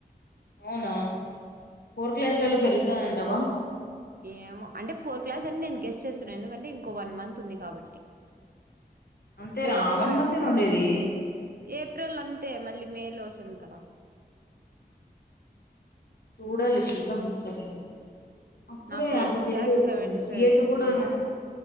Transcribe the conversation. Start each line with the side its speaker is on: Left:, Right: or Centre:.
Left: అవునా ఫోర్ క్లాస్లలో
Right: అదే
Left: పెరుగుతాదంటావా
Right: ఏమో అంటే ఫోర్ క్లాస్ అని నేను గెస్ట్ చేస్తాను ఎందుకంటే ఇంకో వన్ మంత్ ఉంది కాబట్టి
Left: అంతేనా
Right: four to
Left: one
Right: five
Left: month
Right: ఉంటాయి
Left: ఏనా ఉండేది
Right: ఏ ఏప్రిల్ అంతే మళ్ళీ మేలో వసాం కదా
Left: చూడాలి చూద్దాము సరే అప్పుడే
Right: నాకు
Left: అంత
Right: ఎగ్జాక్ట్
Left: జల్లి ఎప్పుడుతుంది
Right: సెవెంటీ
Left: సీయటు
Right: ఫైవ్ వస్తుంది
Left: కూడా